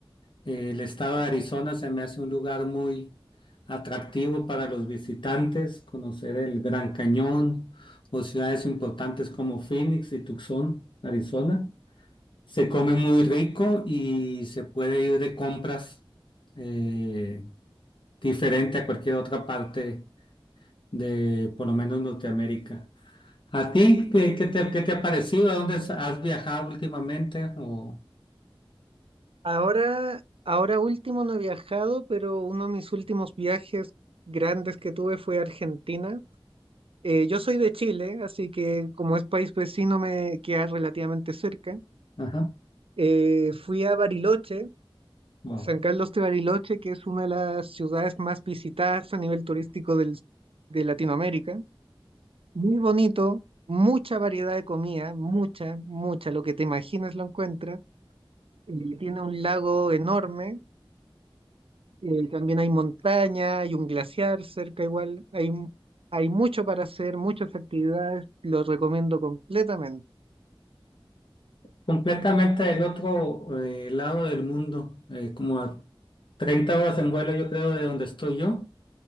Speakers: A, on the left; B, on the right.
A: El estado de Arizona se me hace un lugar muy atractivo para los visitantes, conocer el Gran Cañón o ciudades importantes como Phoenix y Tucson, Arizona. Se come muy rico y se puede ir de compras eh, diferente a cualquier otra parte de, por lo menos, Norteamérica. ¿A ti qué, qué te, qué te ha parecido? ¿A dónde has has viajado últimamente? O...
B: Ahora, ahora último no he viajado, pero uno de mis últimos viajes grandes que tuve fue a Argentina. Eh, yo soy de Chile, así que como es país vecino me queda relativamente cerca.
A: Ajá.
B: Eh, fui a Bariloche
A: wow.
B: San Carlos de Bariloche, que es una de las ciudades más visitadas a nivel turístico del- de Latinoamérica. Muy bonito, mucha variedad de comida, mucha, mucha, lo que te imagines lo encuentras. Eh, tiene un lago enorme, eh, también hay montaña, hay un glaciar cerca igual, hay, mu- hay mucho para hacer, muchas actividades, Lo recomiendo completamente.
A: Completamente del otro eh, lado del mundo, eh, como a 30 horas en vuelo, yo creo, de donde estoy yo.